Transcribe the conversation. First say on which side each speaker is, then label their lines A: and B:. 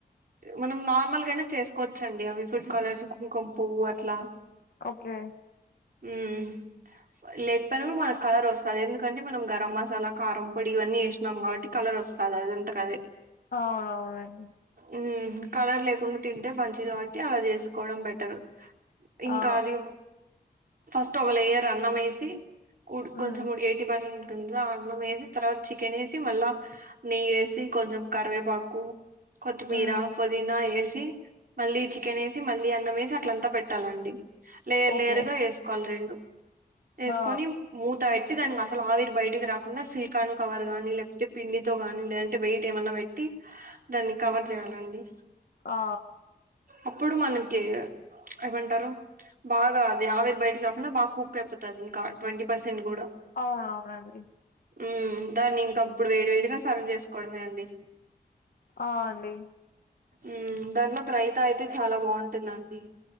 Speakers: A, on the right (about 65°); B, on the left (about 65°).
A: మనం నార్మల్గనే చేసుకోవచ్చండి, అవి ఫుడ్ కాలర్స్, కుంకం పువ్వు అట్లా
B: ఓకే
A: ఉమ్ లెక్ పోయిన గుడ మనక్ కలర్ వస్తది ఎందుకంటే, మనం గరం మసాలా కారం పొడి ఇవన్నీ ఏసినం కాబట్టి క కలర్ వస్తాదదే అది అంతకదే
B: అవునవునండి.
A: ఉమ్ కలర్ లేకుండ తింటే మంచిది కాబట్టి అలా చేసుకోవడం బెటర్, ఇంకా
B: ఆ
A: అది ఫస్ట్ ఒక లేయర్ అన్నం ఏసి, ఉడ్
B: మ్మ్
A: కొంచం ఉడ్ ఎయిటీ పర్సెంట్ దీంట్లో అన్నం ఏసి, తర్వాత చికెన్ ఏసి మళ్లా, నెయ్య ఏసి, కొంచం కరవేపాకు కొత్మీరా,
B: మ్మ్
A: పుదీనా ఏసి ది మళ్ళీ చికెన్ ఏసి, మళ్ళీ అన్నం ఏసి అట్లంతా పెట్టాలండి. లేర్
B: ఓకే
A: లేయర్ గా ఏసుకోవాలి రెండు, ఏసుకొని
B: ఆ
A: మూత్ పెట్టి దానికి అసలు ఆవిరి బయటకి రాకుండా సిల్కాన్ కవర్ గానీ లేకపోతే పిండితో కాని, లేదంటే వెయిట్ ఏమన్నా పెట్టి దాన్ని కవర్ చేయాలండి
B: ఆ
A: అప్పుడు మనకి ఏమంటారు, బాగా అది ఆవిరి బయటికి రాకుండా బాగా కుక్ క్ అయిపోతాది ఇంకా, ట్వంటీ పర్సెంట్ గూడ
B: అవునవునండి
A: ఉమ్ దాన్ని ఇంక అప్పుడు వేడి వేడిగా సర్వ్ చేసుకోవడమే అండి.
B: ఆ అండి
A: ఉమ్ దానిలోకి రైతా అయితే చాలా బాగుంటుందండి.